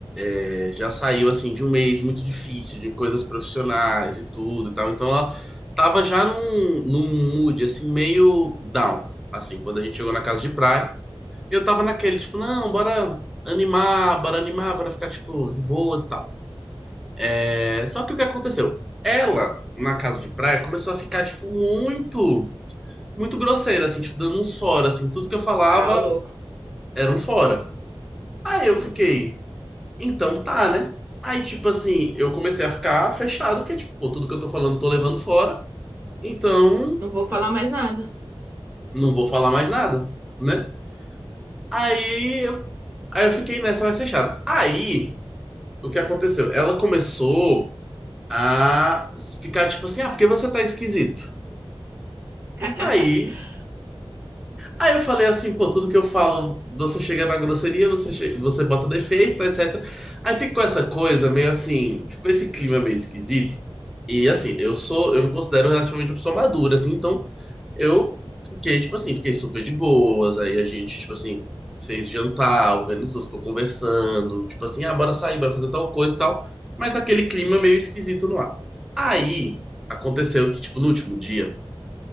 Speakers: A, in the centre; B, on the right.
A: é, já saiu assim de um mês muito difícil, de coisas profissionais e tudo e tal. Então ela tava já num, num mood assim, meio down, assim, quando a gente chegou na casa de praia. E eu tava naquele, tipo, não, bora animar, bora animar, bora ficar, tipo, de boas e tal. É, só que o que aconteceu? Ela, na casa de praia, começou a ficar, tipo, muito. muito grosseira, assim, tipo, dando uns fora, assim, tudo que eu falava
B: Ah, ô louco.
A: era um fora. Aí eu fiquei,
B: Uhum.
A: então tá, né? Aí, tipo assim, eu comecei a ficar fechado, porque, tipo, pô, tudo que eu tô falando eu tô levando fora, então
B: Não vou falar mais nada.
A: não vou falar mais nada, né? Aí eu, aí eu fiquei nessa mais fechada. Aí, o que aconteceu? Ela começou a ficar, tipo assim, ah, porque você tá esquisito.
B: <laughs>
A: Aí Aí eu falei assim, pô, tudo que eu falo, você chega na grosseria, você, che- você bota defeito, etc. Aí ficou essa coisa meio assim, ficou esse clima meio esquisito. E assim, eu sou, eu me considero relativamente uma pessoa madura, assim, então eu fiquei, tipo assim, fiquei super de boas. Aí a gente, tipo assim, fez jantar, organizou, ficou conversando, tipo assim, ah, bora sair, bora fazer tal coisa e tal. Mas aquele clima meio esquisito no ar. Aí aconteceu que, tipo, no último dia.